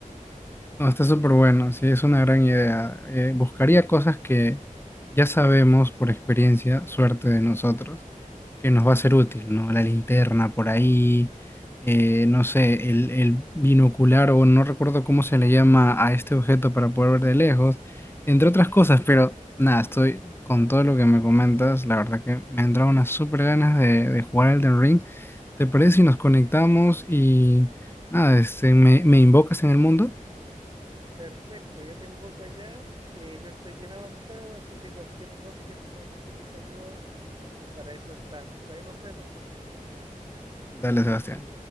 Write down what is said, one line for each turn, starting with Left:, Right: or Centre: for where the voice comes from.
Left: No, está súper bueno, sí, es una gran idea. Eh, buscaría cosas que ya sabemos por experiencia, suerte de nosotros, que nos va a ser útil, ¿no? La linterna por ahí, eh, no sé, el, el binocular o no recuerdo cómo se le llama a este objeto para poder ver de lejos, entre otras cosas, pero nada, estoy con todo lo que me comentas, la verdad que me han entrado unas súper ganas de, de jugar al Elden Ring. ¿Te parece si nos conectamos y nada, este, me, me invocas en el mundo?
Right: Perfecto, yo te invoco allá, eh, yo estoy bien avanzado, así que cualquier voz que necesites ayuda, para eso estamos. Ahí nos vemos, Juan.
Left: Dale, Sebastián.